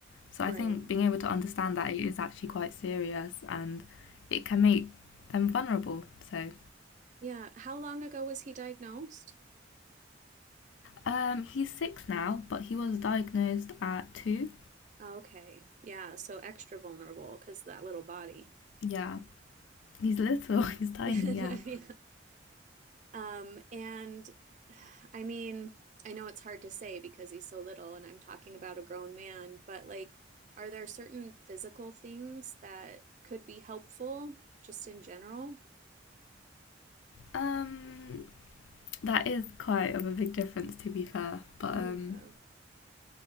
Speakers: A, on the left; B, on the right.
A: So
B: right.
A: I think being able to understand that it is actually quite serious and it can make them vulnerable. So
B: Yeah. How long ago was he diagnosed?
A: um, he's six now, but he was diagnosed at two.
B: Okay. Yeah. So extra vulnerable because that little body.
A: Yeah, he's little, <laughs> he's tiny.
B: <laughs>
A: Yeah.
B: Yeah. Um, and <sighs> I mean, I know it's hard to say because he's so little and I'm talking about a grown man, but like, are there certain physical things that could be helpful just in general?
A: Um, that is quite of a big difference to be fair, but
B: Yeah.
A: um,